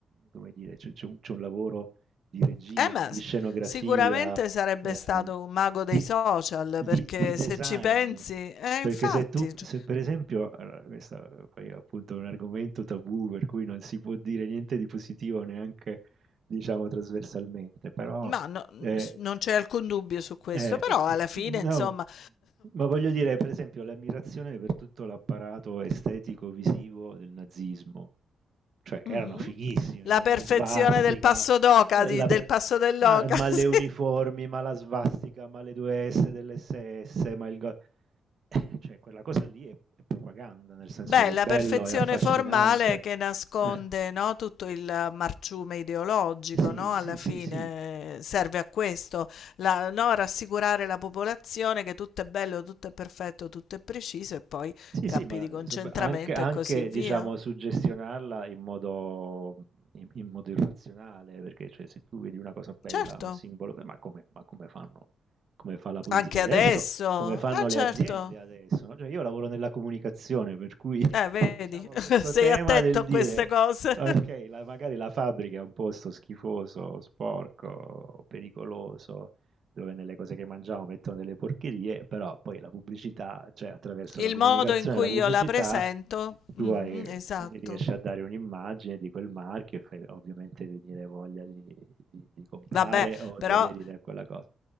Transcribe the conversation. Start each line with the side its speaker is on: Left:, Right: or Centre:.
Right: come dire, c'è c'è un c'è un lavoro di regia,
Left: Eh, ma
Right: di
Left: s-
Right: scenografia,
Left: sicuramente sarebbe
Right: ehm,
Left: stato un mago
Right: di,
Left: dei social,
Right: di-
Left: perché
Right: di design.
Left: se ci pensi, eh,
Right: Perché
Left: infatti,
Right: se tu,
Left: c-
Right: se per esempio, allora, questo poi è appunto un argomento tabù per cui non si può dire niente di positivo neanche, diciamo, trasversalmente, però
Left: ma no-
Right: eh,
Left: s- non c'è alcun dubbio su questo,
Right: eh,
Left: però
Right: p-
Left: alla fine,
Right: no,
Left: insomma, <laughs>
Right: ma voglio dire, per esempio, l'ammirazione per tutto l'apparato estetico-visivo del nazismo, cioè erano
Left: mhm,
Right: fighissime,
Left: La
Right: quella
Left: perfezione
Right: svastica,
Left: del passo d'oca,
Right: eh,
Left: di-
Right: la
Left: del
Right: per-
Left: passo dell'oca,
Right: ma, ma
Left: <laughs> sì.
Right: le uniformi, ma la svastica, ma le due S dell'SS, ma il... go- eh, Cioè quella cosa lì è è propaganda, nel senso
Left: Beh,
Right: che
Left: la
Right: è bello,
Left: perfezione
Right: è affascinante.
Left: formale che nasconde,
Right: Eh.
Left: no, tutto il marciume ideologico,
Right: Sì,
Left: no,
Right: sì,
Left: alla fine
Right: sì, sì.
Left: eh, serve a questo, la- no, rassicurare la popolazione che tutto è bello, tutto è perfetto, tutto è preciso e poi
Right: Sì, sì,
Left: campi
Right: ma,
Left: di
Right: ehm,
Left: concentramento
Right: sop anche anche
Left: e così via.
Right: diciamo suggestionarla in modo in in modo irrazionale, perché cioè se tu vedi una cosa bella,
Left: Certo,
Right: un simbolo be ma come ma come fanno come fa la politica
Left: anche
Right: adesso,
Left: adesso.
Right: come fanno
Left: Ah, certo.
Right: le aziende adesso, no, cioè io lavoro nella comunicazione, per cui <laughs>
Left: Eh, vedi,
Right: diciamo questo
Left: <laughs> sei
Right: tema
Left: attento
Right: del
Left: a
Right: dire:
Left: queste cose.
Right: "Okay, la magari la fabbrica è un posto schifoso, sporco, pericoloso, dove nelle cose che mangiamo mettono delle porcherie, però poi la pubblicità, cioè attraverso
Left: Il
Right: la comunicazione
Left: modo in cui
Right: e la pubblicità,
Left: io la presento,
Right: tu
Left: mhm,
Right: hai-
Left: esatto.
Right: riesci a dare un'immagine di quel marchio e fai ovviamente venire voglia di, di- di comprare
Left: Vabbè,
Right: o
Left: però
Right: di aderire a quella cosa.